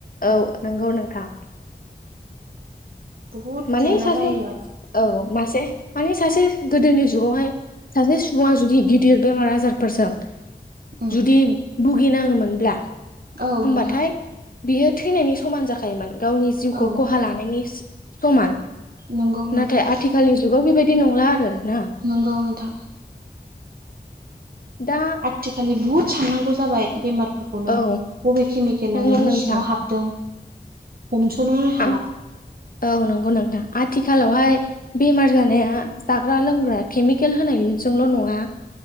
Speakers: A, on the left; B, on the right.
A: औ नंगौ नोंथां।
B: बुहुद
A: माने
B: जेंना
A: सासे
B: जायो आरो।
A: औ मासे माने सासे गोदोनि जुगावहाय सासे सुबुङा जुदि गिदिर बेमार आजारफोरजों
B: उम
A: जुदि भुगिनाङोमोनब्ला
B: औ
A: होमबाथाय
B: नोंथां
A: बियो थैनायनि समान जाखायोमोन गावनि जिउखौ
B: औ
A: खहा लानायनि समान।
B: नंगौ नोंथां
A: नाथाय आथिखालनि जुगाव बेबायदि नंला आरो ना?
B: नंगौ नोंथां।
A: मा
B: आथिखालि बुहुत साननांगौ जाबाय बेमारफोरखौ खौनो
A: औ
B: बबे केमिकेला
A: नंगौ
B: नोंनि
A: नोंथां
B: सिङाव हाबदों हमस'नो हाला।
A: आं औ नंगौ नोंथां आथिखालावहाय बेमार जानाया जाग्रा लोंग्रा केमिकेल होनायजोंल' नङा